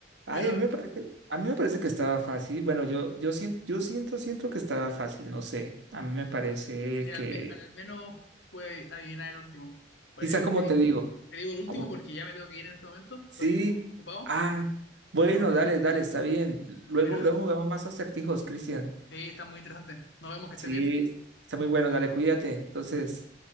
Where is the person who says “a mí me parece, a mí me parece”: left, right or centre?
Right